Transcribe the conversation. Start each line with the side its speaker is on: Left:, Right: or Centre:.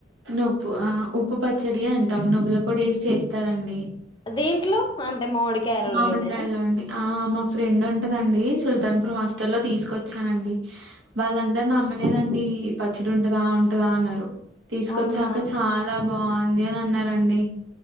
Right: నువ్వు ఆ ఉ ఉప్పు పచ్చడి అంటాం నువ్వులపొడి వేసి చేస్తారండి
Left: దీంట్లో అంటే మామిడికాయలలోనేనా
Right: మామిడికాయల్లో అండి ఆ మా ఫ్రెండ్ ఉంటదండి సుల్తాన్ పూర్ హాస్టల్ లో తీసుకొచ్చానండి వాళ్ళందరు నమ్మలేదండి ఈ పచ్చడి ఉంటదా ఉంటదా అన్నారు తీసుకొచ్చాక
Left: అవునా
Right: చాలా బావు అని అన్నారండి